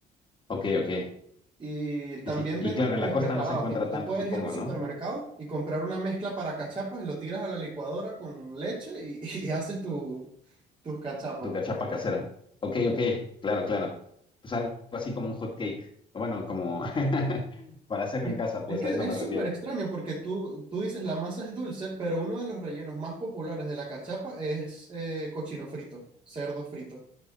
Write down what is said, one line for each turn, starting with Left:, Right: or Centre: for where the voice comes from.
Left: ok, ok.
Right: Y también
Left: Y, sí, y
Right: venden
Left: claro,
Right: como
Left: en la costa
Right: preparados,
Left: no se encuentra
Right: tipo, tú
Left: tanto,
Right: puedes
Left: supongo,
Right: ir a un supermercado
Left: ¿no?
Right: y comprar una mezcla para cachapas y lo tiras a la licuadora con leche y, <laughs> y haces tu, tus cachapas.
Left: Tu casera. Ok, ok,
Right: Sí.
Left: claro, claro. Pues algo así como un hot cake. Bueno, como <laughs> para hacerlo
Right: Es
Left: en casa, pues
Right: es que
Left: a
Right: es
Left: eso me refiero.
Right: súper extraño porque tú, tú dices la masa es dulce, pero uno de los rellenos más populares de la cachapa es eh, cochino frito, cerdo frito.